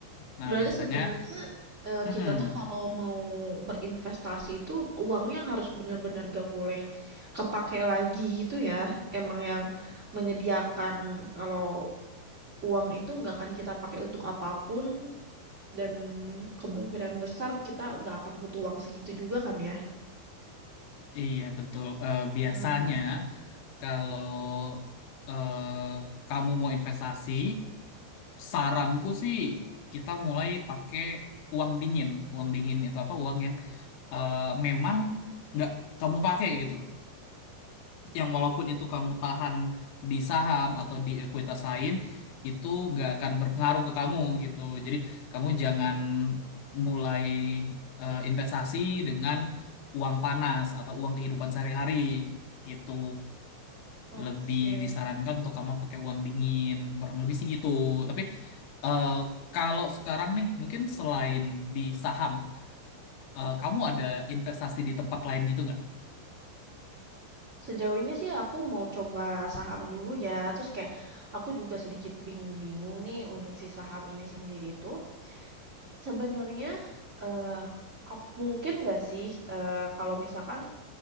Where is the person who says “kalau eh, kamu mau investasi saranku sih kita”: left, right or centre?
Left